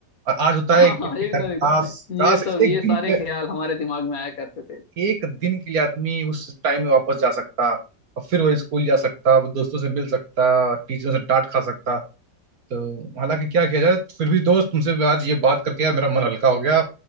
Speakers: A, on the right; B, on the left.
A: और आज होता
B: हाँ
A: है कि
B: हाँ एकदम
A: यार काश
B: एकदम ये
A: काश
B: सब
A: एक
B: ये
A: दिन
B: सारे
A: के-
B: ख्याल हमारे दिमाग में आया करते थे
A: एक दिन के लिए आदमी उस टाइम में वापस जा सकता और फिर वो स्कूल जा सकता वो दोस्तों से मिल सकता टीचरों से डांट खा सकता तो हालांकि क्या किया जाए फिर भी दोस्त तुमसे आज ये बात करके यार मेरा मन हल्का हो गया